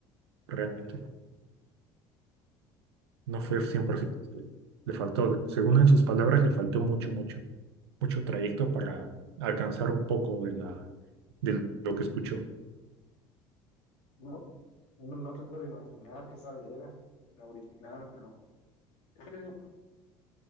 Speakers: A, on the right; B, on the left.
A: realmente. No fue
B: Sí,
A: cien por ciento Le faltó, según en sus palabras, le faltó mucho, mucho, mucho trayecto para alcanzar un poco de la, de lo que escuchó.
B: no, uno no se puede imaginar qué tal era la original, pero... eh,